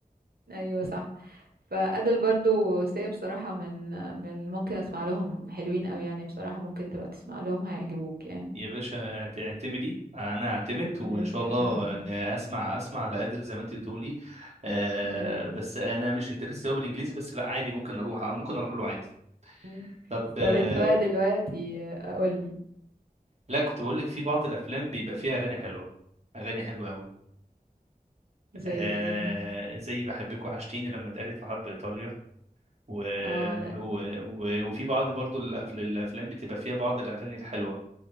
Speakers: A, on the right; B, on the right.
A: ايوه صح فأدل برضو سي بصراحة من من اللي ممكن اسمع لهم حلوين قوي يعني بصراحة ممكن تبقى تسمع لهم هيعجبوك يعني
B: يا باشا اعت- اعتمدي انا اعتمد وان
A: ايوه
B: شاء
A: <laughs>
B: الله ان اسمع اسمع لادل زي ما انت بتقولي آه
A: ايوه
B: بس انا مش انترست قوي بالانجليزي بس لا عادي ممكن اروح ممكن اروح له عادي
A: أيوة.
B: طب آه
A: طب انت بقى دلوقتي قولي
B: لا كنت بقول لك في بعض الافلام بيبقى فيها اغاني حلوه اغاني حلوه قوي
A: زي
B: آه
A: ايه
B: زي بحبك وحشتيني لما اتقالت في حرب ايطاليا و...
A: اه لا
B: و... و... وفي بعض برضو الأف- الافلام بتبقى فيها بعض الاغاني الحلوه